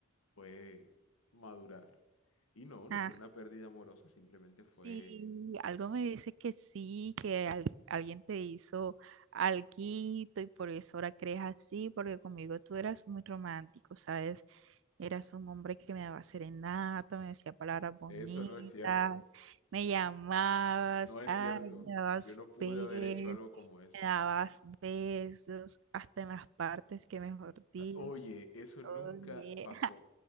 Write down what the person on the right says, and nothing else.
ja.
Sí, algo me dice que sí, que al- alguien te hizo alguito y por eso ahora crees así, porque conmigo tú eras muy romántico, ¿sabes? Eras un hombre que me daba serenata, me decía palabras bonitas,
me llamabas,
ay,
me dabas
besos,
me dabas besos hasta en las partes que mejor digo.
Oye,